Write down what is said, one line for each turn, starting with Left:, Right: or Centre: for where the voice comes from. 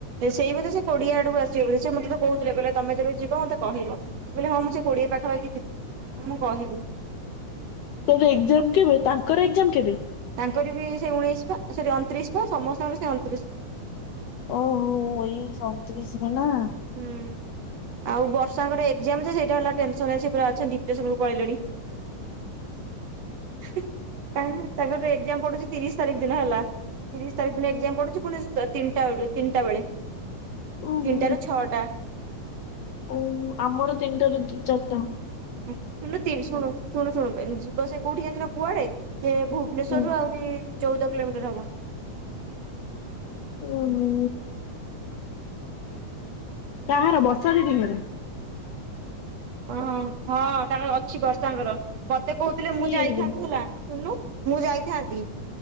Right: ସେଇ ବୋଧେ ସେ କୋଡିଏ ଆଡକୁ ଆସିବେ, ବୋଲି ସେ ମତେ କହୁଥିଲେ। କହିଲେ ତମେ ଯେବେ ଯିବ ମତେ କହିବ। ମୁଁ କହିଲି ହଁ ମୁଁ ସେଇ କୋଡ଼ିଏ ପା ପାଖାପାଖି ଯିବି। ମୁଁ କହିବି।
Left: ତୋର ଏକ୍ଜାମ କେବେ? ତାଙ୍କର ଏକ୍ଜାମ କେବେ?
Right: ତାଙ୍କର ବି ସେ ଉଣେଇଶି ପା। ସରି ଅଣତିରିଶ ପା। ସମସ୍ତଙ୍କର ସେ ଅଣତିରିଶ।
Left: ଓହୋ, ଅଣତିରିଶି ନା।
Right: ହୁଁ ଆଉ ବର୍ଷାଙ୍କର ଏକ୍ଜାମ୍ ଯେ, ସେଇଟା ହେଲା ଟେନସନ୍ ରେ ସେ ପୁରା ଅଛନ୍ତି ଡିପ୍ରେସନ କୁ ପଳେଇଲେଣି। ତା, ତାଙ୍କର ଏକ୍ଜାମ ପଡୁଛି ତିରିଶ ତାରିଖ ଦିନ, ହେଲା। ତିରିଶ ତାରିଖ ଦିନ ଏକ୍ଜାମ ପଡୁଛି ପୁଣି ତ-ତିନିଟା ବ ତିନିଟା ବେଳେ।
Left: ଓହୋ।
Right: ତିନିଟାରୁ ଛଅଟା।
Left: ଓ ଆମର ତିନିଟା ରୁ, ଚ-ଚାରିଟା।
Right: ହୁଁ। ଶୁଣୁ ନୁ, ତିନ ଶୁଣୁ, ଶୁଣୁ, ଶୁଣୁ ଯିବା ଆସିବା କୋଉଠି ଜାଣିଛ ନା କୁଆଡେ? ସେ ଭୁବନେଶ୍ଵରରୁୁ
Left: ହୁଁ।
Right: ଆହୁରି ଚଉଦ କିଲୋମିଟର ହବ।
Left: ଓହୋ। କାହାର ବର୍ଷା ଦିଦିଙ୍କର?
Right: ହଁ। ହଁ ତାଙ୍କର ଅଛି ବର୍ଷାଙ୍କର। ମତେ କହୁଥିଲେ
Left: କିଏ
Right: ମୁଁ ଯାଇଥାନ୍ତି
Left: ଏଇ ଯୋଉ
Right: ହେଲା। ଶୁଣନୁ ମୁଁ ଯାଇଥାନ୍ତି।